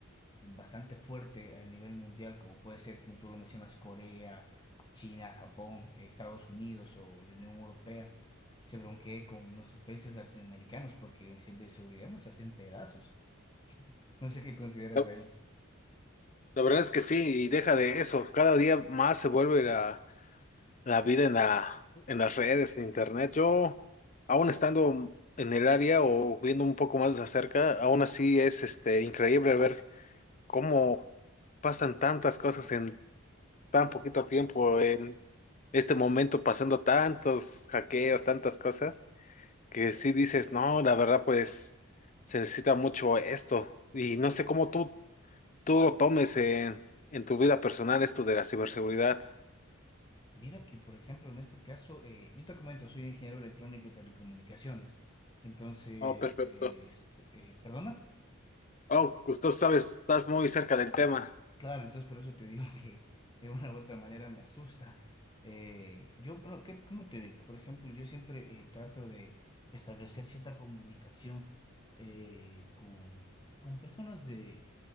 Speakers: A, on the left; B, on the left.
A: bastante fuerte a nivel mundial, como puede ser, como tú lo mencionas, Corea, China, Japón, eh, Estados Unidos o la Unión Europea, se bronquee con nuestros países latinoamericanos porque en ciberseguridad nos hacen pedazos. No sé qué consideras
B: <laughs> La
A: ahí.
B: la verdad es que sí, y deja de eso, cada día más se vuelve la, la vida en la, en las redes, en internet. Yo, aún estando en el área o viendo un poco más de cerca, aún así es este increíble ver cómo pasan tantas cosas en tan poquito tiempo, en este momento pasando tantos hackeos, tantas cosas, que sí dices, no, la verdad, pues se necesita mucho esto. Y no sé cómo tú, tú lo tomes en, en tu vida personal, esto de la ciberseguridad.
A: Mira que, por ejemplo, en este caso, eh, yo te comento, soy ingeniero electrónico y telecomunicaciones. Entonces,
B: Oh, perfecto.
A: eh, este, eh, ¿perdona?
B: Oh, pues tú sabes, estás muy cerca del tema.
A: Claro, entonces por eso te digo <laughs> que de una u otra manera me asusta. Eh, yo, bueno, ¿qué, cómo te digo? Por ejemplo, yo siempre eh, trato de establecer cierta comunicación eh, con, con personas de